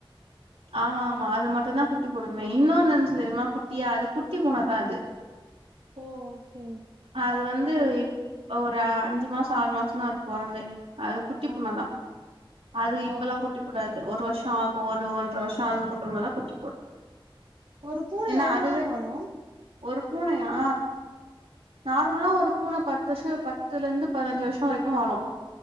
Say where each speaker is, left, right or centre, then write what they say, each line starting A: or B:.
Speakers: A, on the right; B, on the right.
A: ஆமா ஆமா அது மட்டுந்தா குட்டி போடுமே இன்னொன்னு நினச்சு தெரியுமா குட்டியா அது குட்டி பூனதா அது <inaudible>
B: ஒ ஓகே
A: அது வந்து இப் ஒரு அஞ்சு மாசோ ஆறு மாசோ தா அவுது பொறந்தே அது குட்டி
B: ஆ
A: பூனதா அது
B: பாப்போம்
A: இப்பல்லா குட்டி போடாது ஒரு வருஷ ஆகு ஒரு ஒன் இத்தன வருஷோ அனாதுக்கப்றோதா குட்டி போடு
B: ஒரு பூனை
A: ஏன்னா
B: எவ்ளோ
A: அதுவே
B: நாள் வாழு
A: ஒரு பூனையா நார்மலா ஒரு பூனை பத்து வர்ஷோ பத் பத்துல இருந்து பதினெஞ்சு வருஷோ வரைக்கு வாழு